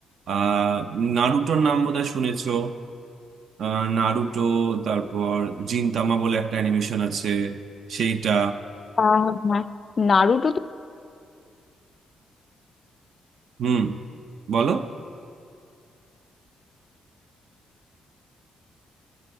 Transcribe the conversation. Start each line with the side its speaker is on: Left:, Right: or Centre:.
Right: আহ নারুটোর নাম বোধহয় শুনেছো আহ নারুটো তারপর জিনতামা বলে একটা অ্যানিমেশন আছে সেইটা
Left: আহ, হ্যাঁ নারুটো তো
Right: হুম বলো